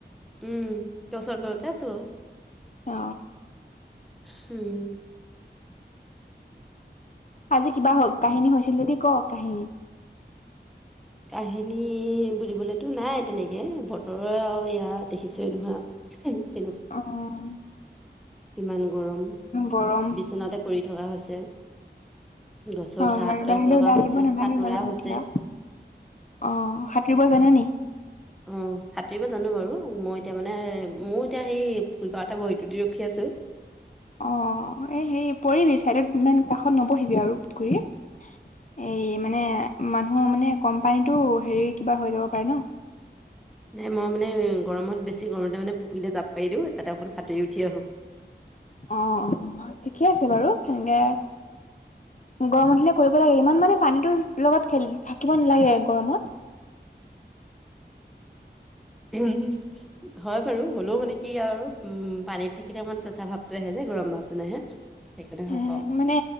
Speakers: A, in the centre; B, on the left.
A: উম, গছৰ তলতে আছো।
B: অ
A: হম।
B: আজি কিবা হওক কাহিনী হৈছিল যদি ক ' কাহিনী।
A: কাহিনী বুলিবলেতো নাই তেনেকে বতৰৰে আৰু ইয়া দেখিছোৱে নহয়
B: অহ
A: উম কিমান গৰম
B: গৰম
A: বিচনাতে পৰি থকা হৈছে। গছৰ
B: অহ,
A: ছাঁত
B: হয় বাহিৰলৈ
A: থকা
B: ওলাই
A: হৈছে
B: আহিব নালাগে
A: সাঁতোৰা
B: বাৰু
A: হৈছে
B: এতিয়া। অহ, সাঁতৰিব জানে নি?
A: অহ, সাঁতুৰিব পৰা জানো বাৰু মই এতিয়া মানে মোৰ এতিয়া সেই ফুলপাৰতে বহি তু দি ৰখি আছো।
B: অহ, এই হেৰি পৰিবি ছাইডত ইমান কাষত নবহিবি আৰু পুখুৰী এৰি মানে মানুহ মানে কোম্পানীতো হেৰি কিবা হৈ যাব পাৰে ন'
A: নাই মই মানে গৰমত বেছি গৰমতে মানে পুখুৰীতে জাপ পাৰি দিওঁ তাতে অকণ সাতুৰী উঠি আহো।
B: অহ - অহ ঠিকে আছে বাৰু সেনকে গৰম উঠিলে কৰিব লাগে ইমান মানে পানীতো লগত খেলি থাকিব নালাগে গৰমত।
A: হম, হয় বাৰু হ'লেও মানে কি আৰু আৰু উম পানীত থাকিলে অকণমান চেঁচা ভাৱটো আহে যে গৰম ভাৱটো নাহে। সেইকাৰণে ভাল
B: হে
A: পাওঁ
B: মানে